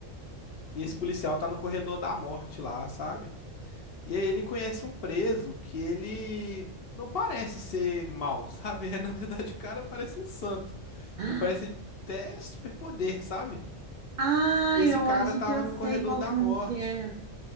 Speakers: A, on the left (about 55°); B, on the right (about 85°).
A: e esse policial tá no corredor da morte lá, sabe? E aí ele conhece um preso que ele não parece ser mal, sabe? <laughs> É, Na verdade, o cara parece um santo.
B: <gasps>
A: Ele parece até superpoder, sabe?
B: Ah,
A: E esse
B: eu
A: cara
B: acho
A: tava
B: que eu
A: no
B: sei
A: corredor
B: qual
A: da
B: filme
A: morte.
B: que é.